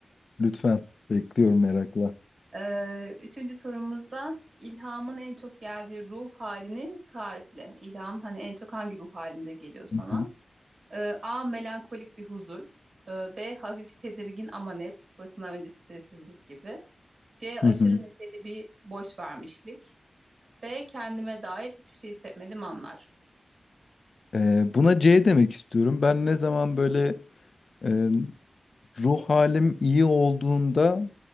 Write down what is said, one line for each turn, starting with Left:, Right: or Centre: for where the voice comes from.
Left: Lütfen. Bekliyorum merakla.
Right: Ee, üçüncü sorumuzda ilhamın en çok geldiği ruh halini tarifle. İlham hani en çok hangi ruh halinde geliyor sana?
Left: Hı hı.
Right: Ee, A. Melankolik bir huzur. Ee, B. Hafif tedirgin ama net. Fırtına öncesi sessizlik gibi. C. Aşırı
Left: Hı hı.
Right: neşeli bir boş vermişlik. D. Kendime dair hiçbir şey hissetmediğim anlar.
Left: Ee, buna C demek istiyorum. Ben ne zaman böyle e, ruh halim iyi olduğunda